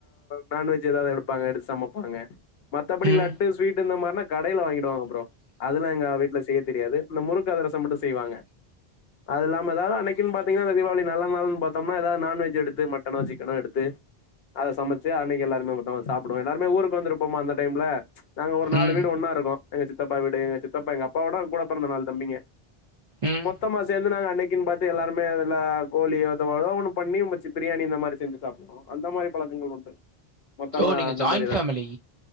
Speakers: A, on the left; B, on the right.
A: நான்வெஜ் ஏதாது எப்பாங்க எடுத் சமப்பாங்க மத்தபடி
B: ம்
A: லட்டு ஸ்வீட் இந்த மாரினா கடையில வாங்கிடுவாங்க ப்ரோ அதெல்லா எங்க வீட்ல செய்ய தெரியாது இந்த முறுக்கு அதிரசம் மட்டு செய்வாங்க அது இல்லாம தா அனைக்கின்னு பாத்தீங்னா தீபாவளி நல்ல நாளுன்னு பாதோம்னா எதாது நான்வெஜ் எடுத்து மட்டனோ சிக்கனோ எடுத்து அத சமைச்சி அன்னைக்கி எல்லாருமே மொத்மா சாப் டுவோ எல்லாருமே ஊருக்கு வந்துருப்போமா அந்த டைம்ல நாங்க ஒரு நாலு
B: ம்
A: வீடு ஒன்னா இருக்கோ எங்க சித்தப்பா வீடு எங்க சித்தப்பா எங்க அப்பாவோட கூட பெறந்த நாலு தம்பிங்க
B: ம்
A: மொத்தமா சேந்து நாங்க அன்னைக்குன்னு பாத் து எல்லாருமே அதுல கோழி அது மாரிலா ஒன்னு பண்ணி சமைச்சி பிரியாணி இந்த மாரி செஞ்சி சாப்டுவோ அந்த மாரி பழக்கங்கள் உண்டு மொத்தமா
B: ஓ நீங்கள்
A: அந்த
B: ஜாயிண்ட்
A: மாரி ஏதாது
B: ஃபேமிலி